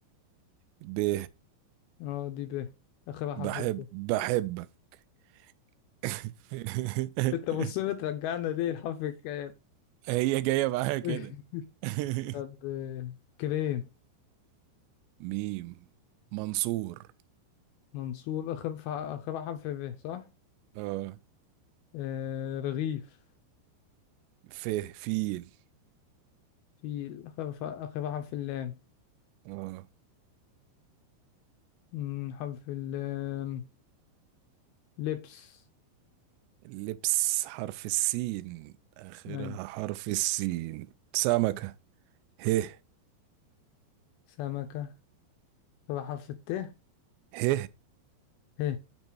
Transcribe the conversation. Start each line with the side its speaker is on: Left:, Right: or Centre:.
Right: به
Left: اه دي ب اخرها حرف
Right: بحب
Left: ال ب
Right: بحبك <laughs>
Left: انت مصر ترجعنا ليه الحرف الكاف
Right: هي جاية معاها كده
Left: <laughs>
Right: <laughs>
Left: طب آه، كريم
Right: ميم منصور
Left: منصور آخر ف- آخر حرف ب صح؟
Right: اه
Left: آه رغيف
Right: فيه فيل
Left: فيل آخر ف- آخر حرف اللام
Right: اه
Left: مم، حرف اللام لبس
Right: لبس حرف السين آخرها
Left: مي.
Right: حرف السين سمكة ه
Left: سمكة آخر حرف الت
Right: ه
Left: ه